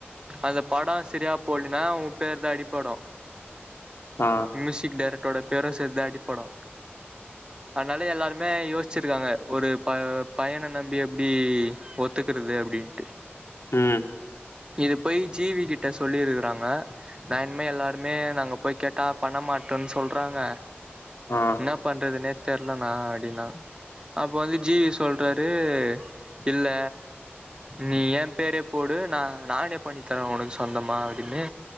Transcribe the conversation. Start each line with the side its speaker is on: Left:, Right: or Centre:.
Right: அது படா சரியா போலனா உ பேர் தா அடிப்படு
Left: ஆ
Right: மூசிக் டேரக்ட்டோட பேரு சேத்தா அடிப்படு அனால எல்லாருமே யோஸ்ச்சிருக்காங்க ஒரு ப பையன நம்பி எப்டி ஒத்துக்குறது அப்டின்ட்டு
Left: உம்
Right: இது போய் ஜீவி கிட்ட சொல்லிருக்குறாங்க நா இன்மே எல்லாருமே நாங்க போய் கேட்டா பண மாட்டோன் சொல்றாங்க
Left: ஆ
Right: என்னா பண்றதுனே தெர்லனா அப்டின்னா அப் வந்து ஜீவி சொல்றாரு இல்ல நீ எ பேரே போடு நா நானே பண்ணி தரே உனக் சொந்தமா அப்டின்னு